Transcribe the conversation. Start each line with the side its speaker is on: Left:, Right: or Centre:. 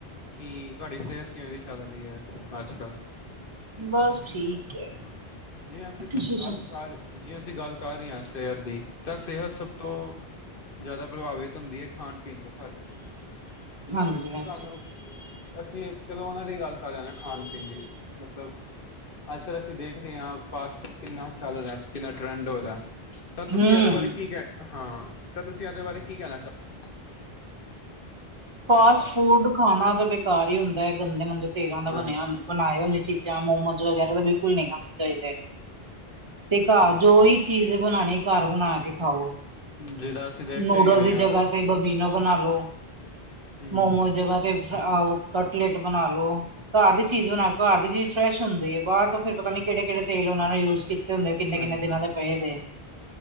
Left: ਕਿ ਤੁਹਾਡੀ ਸਿਹਤ ਕਿਵੇਂ ਦੀ ਚੱਲਦੀ ਹੈ ਅੱਜ ਕੱਲ?
Right: ਬਸ ਠੀਕ ਹੈ।
Left: ਜਿ ਅਸੀਂ
Right: ਤੁਸੀਂ
Left: ਗੱਲ
Right: ਸੁ
Left: ਸ ਜੇ ਅਸੀਂ ਗੱਲ ਕਰ ਰਹੇ ਹਾਂ ਸਵੇਰ ਦੀ ਤਾਂ ਸ ਸਿਹਤ ਸਭ ਤੋਂ ਜ਼ਿਆਦਾ ਪ੍ਰਭਾਵਿਤ ਹੁੰਦੀ ਹੈ ਖਾਣ ਪੀਣ ਤੋਂ ਸਾਡੇ ਤਾਂ
Right: ਹਾਂਜੀ ਹਾਂਜੀ
Left: ਸਾਨੂੰ ਅਸੀਂ ਚਲੋ ਉਹਨਾਂ ਦੀ ਗੱਲ ਕਰ ਰਹੇ ਨਾ ਖਾਣ ਪੀਣ ਦੀ ਮਤਲਬ ਅੱਜ ਕੱਲ ਅਸੀਂ ਦੇਖ ਰਹੇ ਹਾਂ ਫਾਸਟਫੂਡ ਕਿੰਨਾ ਚੱਲ ਰਿਹਾ ਕਿੰਨਾ ਟਰੈਂਡ ਹੋ ਰਿਹਾ ਤਾਂ
Right: ਹਮ
Left: ਤੁਸੀਂ ਇਹਦੇ ਬਾਰੇ ਕੀ ਕਹਿ ਹਾਂ ਤਾਂ ਤੁਸੀਂ ਇਹਦੇ ਬਾਰੇ ਕੀ ਕਹਿਣਾ ਚਾਹਦੇ
Right: ਫਾਸਟ ਫੂਡ ਖਾਣਾ ਤਾਂ ਬੇਕਾਰ ਹੀ ਹੁੰਦਾ ਹੈ ਗੰਦੇ ਮੰੰਦੇ ਤੇਲਾਂ ਦਾ
Left: ਹਾਂਜੀ
Right: ਬਣਿਆ ਬਣਾਏ ਹੁੰਦੀ ਚੀਜ਼ਾਂ ਮੋਮੋਜ਼ ਵਗੈਰਾ ਤਾਂ ਬਿਲਕੁਲ ਨਹੀਂ ਖਾਣੇ ਚਾਹੀਦੇ ਤੇ ਘਰ ਜੋ ਹੀ ਚੀਜ਼ ਬਣਾਣੀ ਘੱਰ ਬਣਾ ਕੇ ਖਾਓ
Left: ਜਿਹਦਾ ਅਸੀਂ ਦੇਖ
Right: ਨੂਡਲ
Left: ਹੀ ਰਹੇ ਹਾਂ
Right: ਜਗ੍ਹਾ ਤੇ ਬੈਮਬੀਨੋ ਬਣਾ ਲੋ
Left: ਹੂੰ
Right: ਮੋਮੋ ਜਗਾ ਤੇ ਫ ਕਟਲੇਟ ਬਣਾ ਲੋ ਘਰ ਦੀ ਚੀਜ਼ ਬਣਾ ਘਰ ਦੀ ਚੀਜ਼ ਫਰੈਸ਼ ਹੁੰਦੀ ਏ ਬਾਹਰ ਤੋਂ ਫੇਰ ਪਤਾ ਨੀ ਕਿਹੜੇ-ਕਿਹੜੇ ਤੇਲ ਉਹਨਾਂ ਨੇ ਯੂਜ ਕੀਤੇ ਹੁੰਦੇ ਕਿੰਨੇ-ਕਿੰਨੇ
Left: ਹਾਂਜੀ
Right: ਦਿਨਾਂ ਦੇ ਪਏ ਦੇ-